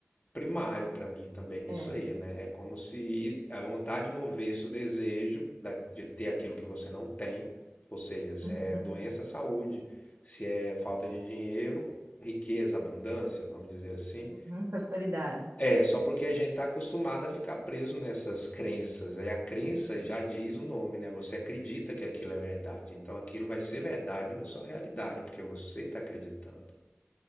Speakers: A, on the left; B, on the right.
A: primário para mim também nisso
B: É.
A: aí, né? É como se a vontade movesse o desejo da- de ter aquilo que você não tem, ou seja, se
B: Uhum,
A: é doença, saúde, se é falta de dinheiro, riqueza, abundância, vamos dizer assim.
B: uhum, prosperidade.
A: É só porque a gente está acostumado a ficar preso nessas crenças. Aí a crença já diz o nome, né? Você acredita que aquilo é verdade, então aquilo vai ser verdade na sua realidade, porque você está acreditando.